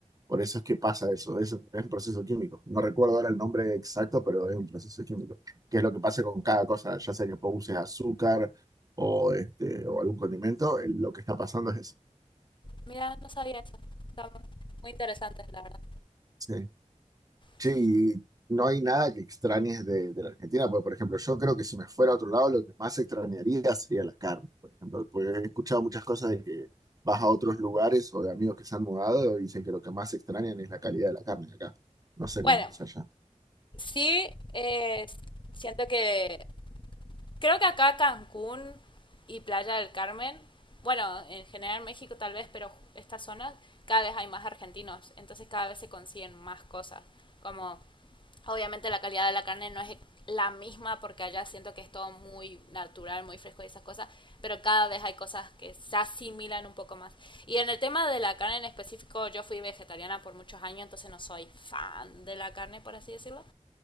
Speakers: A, on the right (about 30°); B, on the left (about 40°).
A: Por eso es que pasa eso, es, es un proceso químico. No recuerdo ahora el nombre exacto, pero es un proceso químico, que es lo que pasa con cada cosa, ya sea que vos uses azúcar o, este, o algún condimento, eh, lo que está pasando es eso.
B: Mira, no sabía eso. Está muy, muy interesante, la verdad.
A: Sí. Sí,
B: Sí.
A: y no hay nada que extrañes de, de la Argentina, porque por ejemplo, yo creo que si me fuera a otro lado, lo que más extrañaría sería la carne, por ejemplo, porque he escuchado muchas cosas de que vas a otros lugares o de amigos que se han mudado y dicen que lo que más extrañan es la calidad de la carne acá. No sé
B: Bueno,
A: cómo es allá.
B: sí, eh, siento que. Creo que acá Cancún y Playa del Carmen, bueno, en general México tal vez, pero estas zonas, cada vez hay más argentinos. Entonces cada vez se consiguen más cosas. Como Obviamente la calidad de la carne no es la misma porque allá siento que es todo muy natural, muy fresco y esas cosas, pero cada vez hay cosas que se asimilan un poco más. Y en el tema de la carne en específico, yo fui vegetariana por muchos años, entonces no soy fan de la carne, por así decirlo.